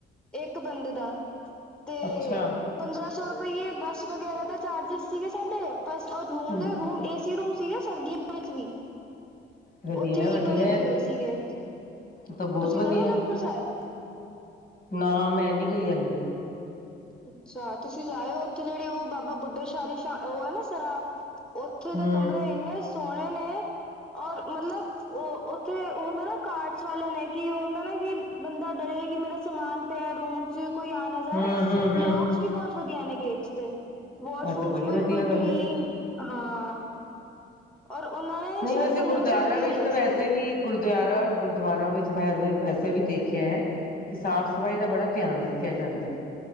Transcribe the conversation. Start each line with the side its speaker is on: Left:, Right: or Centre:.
Centre: ਇੱਕ ਬੰਦੇ ਦਾ, ਤੇ
Left: ਅੱਛਾ
Centre: ਪੰਦਰਾਂ ਸੌ ਰੁਪਈਏ ਬੱਸ ਵਗੈਰਾ ਦੇ ਚਾਰਜਿਸ ਸੀਗੇ ਸਾਡੇ ਬਸ ਔਰ ਰੂਮ
Left: ਹੂੰ
Centre: ਦੇ ਰੂਮ ਏਸੀ ਰੂਮ ਸੀਗਾ ਸਰਦੀਆਂ ਵਿੱਚ ਵੀ।
Left: ਵਧੀਆ
Centre: ਉੱਥੇ
Left: ਹੈ
Centre: ਹੀਟਰ
Left: ਵਧੀਆ
Centre: ਲੱਗੇ
Left: ਹੈ ਤੂੰ
Centre: ਹੋਏ ਸੀਗੇ।
Left: ਤਾਂ ਬਹੁਤ
Centre: ਤੁਸੀਂ
Left: ਵਧੀਆ
Centre: ਗਏ ਹੋ ਅਨੰਦਪੁਰ
Left: ਹੈ
Centre: ਸਾਹਿਬ?
Left: ਨਾ ਮੈਂ ਨੀ ਗਈ ਹਲੇ।
Centre: ਅੱਛਾ ਤੁਸੀਂ ਜਾਇਓ ਉੱਥੇ ਜਿਹੜੀ ਉਹ ਬਾਬਾ ਬੁੱਧ ਸ਼ਾਹ ਦੀ ਸ਼ ਉਹ ਹੈ ਨਾ ਸਰਾਂ ਉੱਥੇ
Left: ਹੂੰ
Centre: ਦੇ ਕਮਰੇ ਇੰਨੇ ਸੋਹਣੇ ਨੇ ਔਰ ਮਤਲਬ ਉਹ ਉੱਥੇ ਉਹ ਹੁੰਦਾ ਨਾ ਕਾਰਡਸ ਵਾਲੇ ਨੇ ਕਿ ਉਹ ਹੁੰਦਾ ਨਾ ਕਿ ਬੰਦਾ ਡਰੇ ਕਿ ਮੇਰਾ ਸਮਾਨ ਪਿਆ ਰੂਮ 'ਚ ਕੋਈ ਆ
Left: ਹੂੰ-ਹੂੰ।
Centre: ਲੌਕਸ ਵੀ ਬਹੁਤ ਵਧੀਆ ਨੇ ਗੇਟਸ ਤੇ, ਵਾਸ਼ਰੂਮਸ
Left: ਇਹ ਤਾਂ ਬੜੀ ਵਧੀਆ
Centre: ਬਿਲਕੁਲ
Left: ਗੱਲ
Centre: ਕਲੀਨ,
Left: ਹੈ।
Centre: ਹਾਂ। ਔਰ ਉਹਨਾਂ ਨੇ
Left: ਨਹੀਂ
Centre: ਸਿਰਫ
Left: ਵੈਸੇ
Centre: ਪੰਦਰਾਂ
Left: ਗੁਰਦੁਆਰਾ
Centre: ਸੌ ਰੁਪਈਏ
Left: ਵਿੱਚ
Centre: ਲਏ
Left: ਤਾਂ ਵੈਸੇ
Centre: ਸੀ
Left: ਵੀ ਗੁਰਦੁਆਰਾ ਗੁਰਦੁਆਰਾ ਵਿੱਚ ਮੈਂ ਵੈਸੇ ਵੀ ਦੇਖਿਆ ਕਿ ਸਾਫ਼-ਸਫ਼ਾਈ ਦਾ ਬੜਾ ਧਿਆਨ ਰੱਖ- ਫਿਰ ਜਾਂਦਾ,